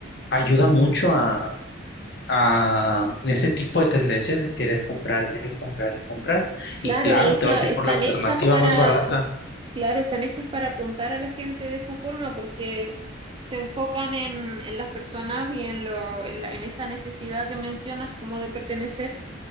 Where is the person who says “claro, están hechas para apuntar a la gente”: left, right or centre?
Right